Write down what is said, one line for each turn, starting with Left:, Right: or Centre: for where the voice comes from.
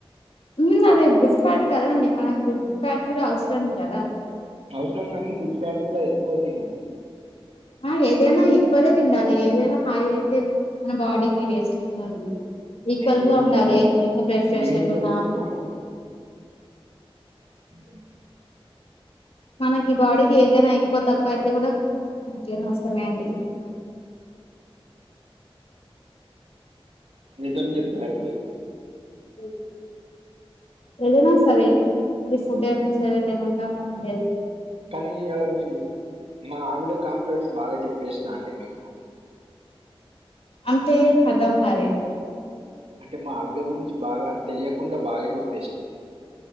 Left: ఉమ్ అదే గుడ్ ఫ్యాట్ కదండి మనకు గుడ్ ఫ్యాట్ కూడా అవసరం కదా
Right: అవసరం గానీ గుడ్ ఫ్యాట్ కూడా ఎక్కువ తనం
Left: ఆ ఏదైనా ఈక్వల్ తిండాలి ఏదైనా హాయి అయితే మన బాడీకి వేస్ట్ంది ఈక్వల్గా
Right: లిమిట్లో
Left: ఉండాలి ఎంత బెడ్ ప్రెషర్
Right: లిమిట్లోనే
Left: కూడాన్నా
Right: తినాలి అ
Left: మనకి బాడీకి ఏదైనా ఎక్కువ తక్కువ అయితే కూడా మనకి నష్టమే అండి
Right: నిజం చెప్పారు మీరు
Left: అ ఏదైనా సరే అది ఫుడ్ అయినా సరే లేకుండా మన హ
Right: కానీ ఇవాళ మేము మా ఆవిడ కంప్లైట్స్ బాగా చెప్పేసినా అండి మీకు
Left: అంతే అర్ధం కాలే
Right: అంటే మా ఆవిడ గురించి బాగా తెలియకుండా బాగా చెప్పేసినాను నేను